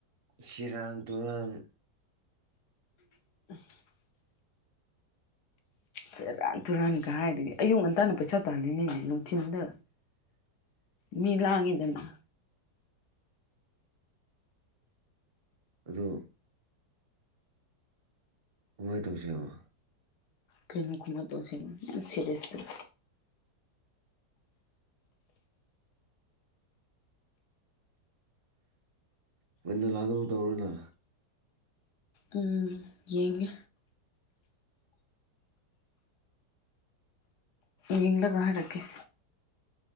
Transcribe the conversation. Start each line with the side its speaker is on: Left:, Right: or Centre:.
Right: ꯁꯤꯔꯥꯟ ꯇꯨꯔꯟ
Left: <inaudible> ꯁꯦꯔꯥꯟ ꯇꯨꯔꯥꯟꯒ ꯍꯥꯏꯔꯤꯌꯦ ꯑꯌꯨꯛ ꯉꯟꯇꯥꯅ ꯄꯩꯁꯥ ꯇꯥꯜꯂꯤꯅꯤꯅꯦ ꯅꯨꯡꯊꯤꯟꯗ ꯃꯤ ꯂꯥꯡꯉꯤꯗꯅ
Right: ꯑꯗꯣ ꯀꯃꯥꯏꯟ ꯇꯧꯁꯦꯕ
Left: ꯀꯔꯤꯅꯣ ꯀꯨꯃꯥꯏ ꯇꯧꯁꯤꯕꯣ ꯌꯥꯝ ꯁꯦꯔꯤꯁꯇꯥꯒ
Right: ꯉꯥꯟꯅ ꯂꯥꯛꯅꯕ ꯇꯧꯔꯣꯅ
Left: ꯎꯝ ꯌꯦꯡꯒꯦ ꯌꯦꯡꯂꯒ ꯍꯥꯏꯔꯛꯀꯦ